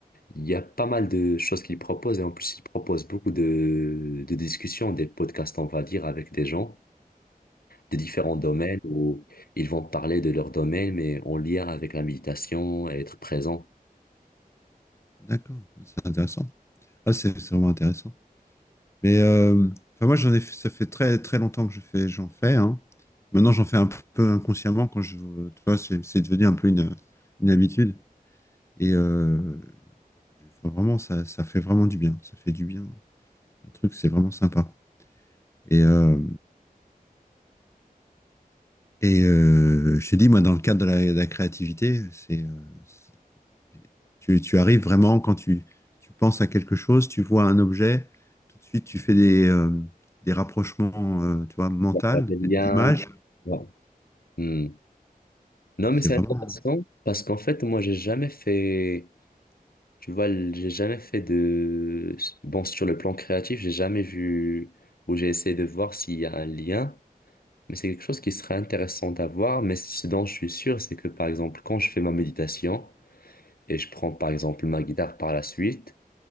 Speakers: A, on the left (about 75°); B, on the left (about 15°).
A: il y a pas mal de choses qu'ils proposent. Et en plus, ils proposent beaucoup de, de discussions, des podcasts, on va dire, avec des gens de différents domaines où ils vont parler de leur domaine, mais en lien avec la méditation et être présent.
B: D'accord. C'est intéressant. Ah, c'est c'est vraiment intéressant. Mais euh, enfin, moi, j'en ai, fait- ça fait très, très longtemps que je fais, j'en fais, hein. Maintenant, j'en fais un peu inconsciemment quand je, tu vois, c'est c'est devenu un peu une, une habitude. Et euh, enfin, vraiment, ça, ça fait vraiment du bien. Ça fait du bien. Un truc, c'est vraiment sympa. Et, euh, et euh, je te dis, moi, dans le cadre de la, de la créativité, c'est, euh, c'est- tu, tu arrives vraiment quand tu, tu penses à quelque chose, tu vois un objet, tout de suite, tu fais des, euh, des rapprochements, euh, tu vois, mentales,
A: Il y a pas de lien.
B: d'images.
A: Voilà. Hmm. Non, mais
B: C'est
A: c'est
B: vraiment,
A: intéressant parce qu'en fait, moi, j'ai jamais fait, tu vois, l- j'ai jamais fait de, bon, sur le plan créatif, j'ai jamais vu ou j'ai essayé de voir s'il y a un lien, mais c'est quelque chose qui serait intéressant à voir. Mais ce dont je suis sûr, c'est que par exemple, quand je fais ma méditation et je prends par exemple ma guitare par la suite,